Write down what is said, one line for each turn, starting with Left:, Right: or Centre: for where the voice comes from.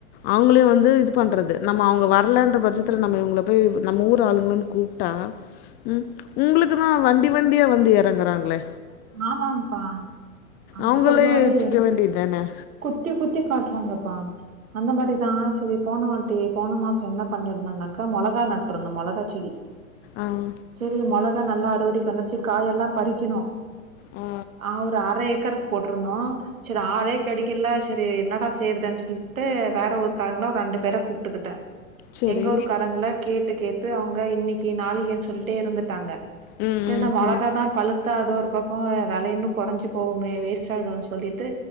Left: அவங்களையும் வந்து இது பண்ணுறது நம்ம அவங்க வரலன்ற பட்ச த்துல நம்ம இவுங்கள போய் நம்ம ஊர் ஆளுங்களனு கூப்பிட்டா உ உங்களுக்குதான் வண்டி வண்டியா வந்து இறங்குறாங்களே
Right: ஆமாம்பா அது
Left: அவங்களே
Right: ஒரு மாரி
Left: வச்சுக்க வேண்டியது தான
Right: குத்தி குத்தி காட்டுறாங்க ப்பா அந்த மாரிதான் சரி போன வாட்டி போன மாசம் என்ன பண்ணிருந்தனாக்கா முளகா நட்டுருந்தம் முளகா செடி
Left: ஆ
Right: செரி முள நல்லா அறுவடைக்கு வந்துருச்சு காய எல்லாம் பறிக்கணும்
Left: ஆ
Right: அவரு அறை ஏக்கர் போட்டிருந்தோம் சரி ஆளே கிடைக்கல சரி என்னடா செய்யறதுேன்னு சொல்லிட்டு வேற ஊரு காரங்கள ஒரு ரெண்டு பேர கூப்பிட்டுக்கிட்டேன்
Left: சரி
Right: எங்க ஊருகாரங்கல கேட் டு கேட்டு அவங்க இன்னைக்கு நாளைக்குன் சொல்லிட்டே இருந்துட்டாங்க
Left: ம்
Right: செரி
Left: ம்
Right: இந்த மிளகா
Left: புரியுது
Right: தான் பழுத்தா அது ஒரு பக்கம் விலை இன்னும் குறைஞ்சு போகுமே வேஸ் சா ஆயிடும் சொல்லி ட்டு